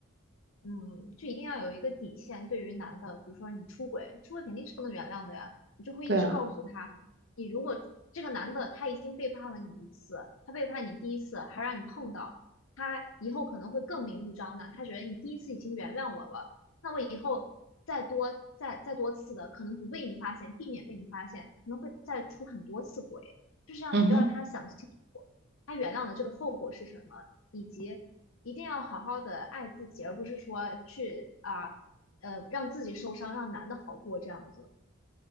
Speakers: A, on the left; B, on the right.
A: 嗯，就一定要有一个底线。对于男的，比如说你出轨，出轨肯定是不能原谅的呀，你就会一直告诉他，
B: 对啊。
A: 你如果这个男的他已经背叛了你一次，他背叛你第一次，还让你碰到，他以后可能会更明目张胆，他觉得你第一次已经原谅我了，那我以后再多再再多次的，可能不被你发现，避免被你发现，可能会再出很多次轨，就是让要让他想清楚，
B: 嗯哼。
A: 他原谅的这个后果是什么，以及一定要好好的爱自己，而不是说去啊呃让自己受伤，让男的好过这样子。